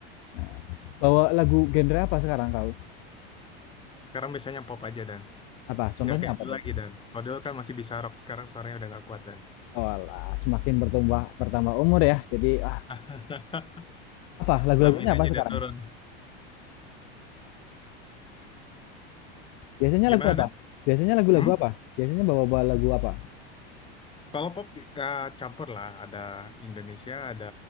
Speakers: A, on the left (about 55°); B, on the left (about 15°).
A: Nah, bawa lagu genre apa sekarang kau?
B: Sekarang biasanya pop aja, Dan.
A: Apa? Contohnya
B: Nggak kayak
A: apa
B: dulu
A: tuh?
B: lagi, Dan. Kalau dulu kan masih bisa rock. Sekarang suaranya udah nggak kuat, Dan.
A: Oh, semakin bertambah bertambah umur ya. Jadi ah,
B: <laughs>
A: apa lagu-lagunya
B: Stamina-nya
A: apa sekarang?
B: udah turun. <laughs>
A: Biasanya
B: Gimana,
A: lagu apa?
B: Dan?
A: Biasanya lagu-lagu
B: Hmm?
A: apa? Biasanya bawa-bawa lagu apa?
B: Kalau pop eh, campur lah. Ada Indonesia, ada